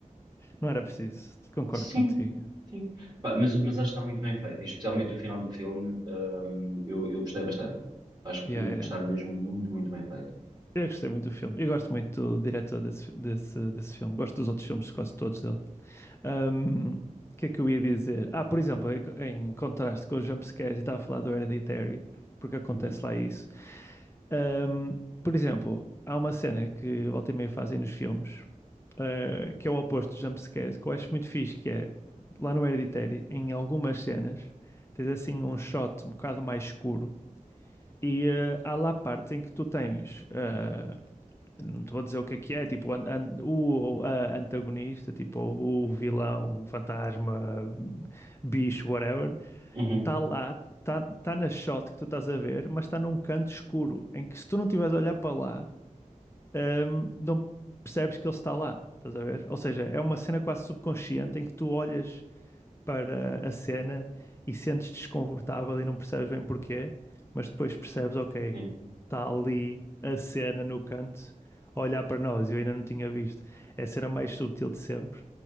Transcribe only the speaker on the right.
sim,
sim. Epá, mas, mas acho que está muito bem feito, e especialmente o final do filme, hum, eu, eu gostei bastante. Acho
que,
que
está mesmo muito, muito bem feito.
Uhum.
Uhum,
sim.